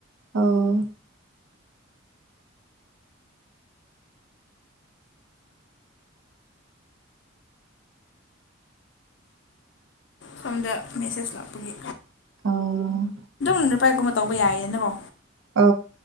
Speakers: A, on the right; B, on the left.
A: ꯑꯣ
B: ꯁꯣꯝꯗ ꯃꯦꯁꯦ ꯂꯒꯤ
A: ꯑꯧ
B: ꯏ ꯅꯨꯄꯥ ꯀꯨꯝ ꯇꯧꯕ ꯌꯥꯏꯌꯦ ꯅꯕꯣ
A: ꯑ